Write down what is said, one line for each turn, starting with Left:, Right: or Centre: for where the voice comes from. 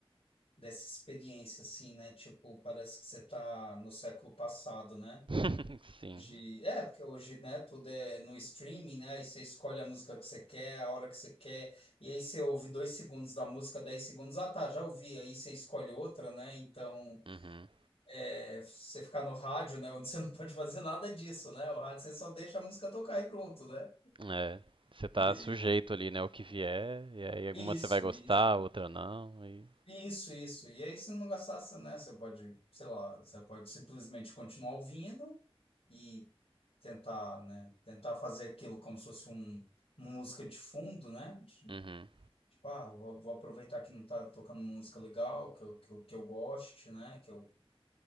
Left: dessa experiência, assim, né? Tipo, parece que você tá no século passado, né?
Right: <laughs> Sim,
Left: De, é, porque hoje, né, tudo é no streaming, né? Aí você escolhe a música que você quer, a hora que você quer, e aí você ouve dois segundos da música, dez segundos, ah, tá, já ouvi, aí você escolhe outra, né? Então,
Right: uhum.
Left: é, você ficar no rádio, né, <laughs> onde você não <laughs> pode fazer nada disso, né? O rádio você só deixa a música tocar e pronto, né?
Right: É, você tá
Left: E,
Right: sujeito ali, né, o que vier, e aí alguma
Left: isso,
Right: você vai gostar,
Left: isso.
Right: outra não, e...
Left: Isso, isso. E aí, se não gastasse, né? Você pode, sei lá, você pode simplesmente continuar ouvindo e tentar, né? Tentar fazer aquilo como se fosse um, uma música de fundo, né? de-
Right: Uhum,
Left: Tipo, ah, vou, vou aproveitar que não tá tocando música legal, que eu, que eu, que eu goste, né? Que eu,